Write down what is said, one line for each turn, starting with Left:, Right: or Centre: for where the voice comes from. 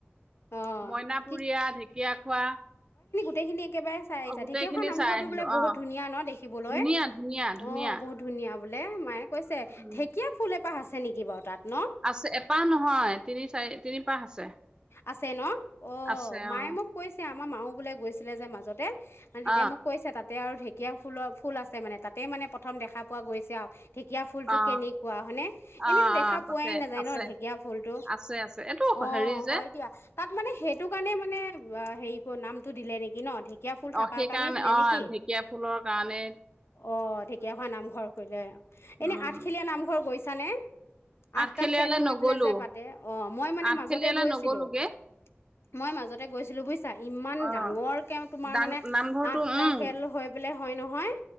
Left: অ
Right: মইনা
Left: কি
Right: পুৰিয়া ঢেকীয়াখোৱা
Left: <unintelligible> একেবাৰে চাই আহিছা
Right: অ গোটেইখিনি
Left: ঢেকীয়াখোৱা নামঘৰটো
Right: চাই আহিলো
Left: বোলে বহুত
Right: অ
Left: ধুনীয়া ন দেখিবলৈ,
Right: ধুনীয়া ধুনীয়া ধুনীয়া
Left: অ বহুত ধুনীয়া বোলে মায়ে কৈছে
Right: ধুনীয়া
Left: ঢেকীয়া ফুলে তা আছে নেকি বাৰু তাত? ন
Right: আছে, এপাহ নহয়। তিনি চাৰি, তিনিপাহ আছে।
Left: আছে ন? অহ,
Right: আছে
Left: মায়ে
Right: অ
Left: মোক কৈছে। আমাৰ মায়ো বোলে গৈছিলে যে মাজতে। আৰু তেতিয়া
Right: অ
Left: মোক কৈছে তাত তে আৰু ঢেঁকীয়া ফুলৰ ফুল আছে, মানে তাতেই মানে প্ৰথম দেখা পোৱা গৈছে আৰু। ঢেঁকীয়া ফুলটো
Right: অ
Left: কেনেকুৱা হয়নে? এনেইতো
Right: অ
Left: দেখা
Right: অ তাতে
Left: পোৱাই নাযায়
Right: আছে
Left: ন ঢেকীয়া ফুলটো?
Right: আছে আছে এইটো
Left: অহ।
Right: হেৰি যে
Left: হয় দিয়া, তাত মানে সেইটো কাৰণে মানে, ৱা, হেৰি কৰ নাম টো দিলে নেকি ন ঢেঁক? ঢেকীয়া ফুল
Right: অ
Left: থাকাৰ
Right: সেইকাৰণে
Left: কাৰণেই দিলে
Right: অ
Left: নেকি?
Right: ঢেকীয়া ফুলৰ কাৰণে
Left: অহ, ঢেকীয়াখোৱা নামঘৰ কৰিলে, এনে
Right: উম
Left: আঠখেলীয়া নামঘৰ গৈছ চানে আঠটা
Right: আঠখেলীয়ালে
Left: খেল হৈ
Right: নগলো
Left: পেলাই যে পাতে? অহ, মই মানে
Right: আঠখেলীয়ালে
Left: মাজতে গৈছ
Right: নগলোগে
Left: <unintelligible> মই মাজতে গৈছিলোঁ বুজিছা, ইমান
Right: অ
Left: ডাঙৰকে তোমাৰ
Right: ডাং
Left: মানে
Right: নামঘৰটো
Left: আঠটা
Right: উম
Left: খেল হৈ পেলাই হয় নহয়।